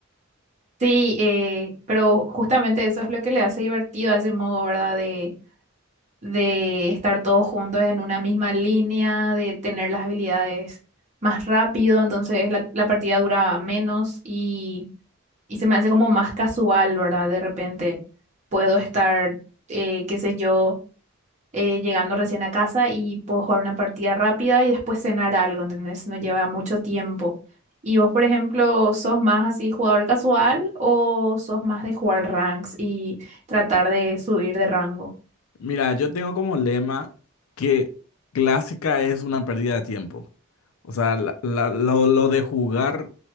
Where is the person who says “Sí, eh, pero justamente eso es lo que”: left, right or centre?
Right